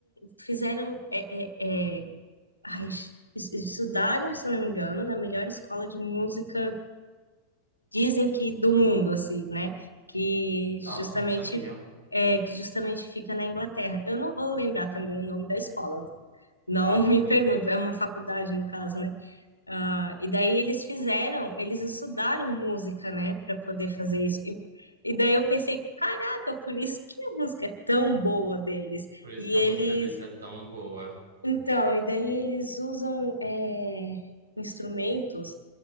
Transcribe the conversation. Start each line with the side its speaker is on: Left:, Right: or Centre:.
Left: fizeram, é, é, é, ai, es- estudaram, se eu não me engano, na melhor escola de música, dizem que do mundo, assim, né? Que
Right: Nossa,
Left: justamente,
Right: eu não sabia.
Left: é, que justamente fica na Inglaterra. Eu não vou lembrar também o nome da escola, não
Right: <laughs>
Left: <laughs> me pergunte, é uma faculdade, no caso, né? Ah, e daí eles fizeram, eles estudaram música, né, para poder fazer isso. E, e daí eu pensei, caraca, por isso que a música é tão boa deles.
Right: Por isso
Left: E
Right: que a música
Left: eles,
Right: deles é tão boa.
Left: então, e daí eles usam é, instrumentos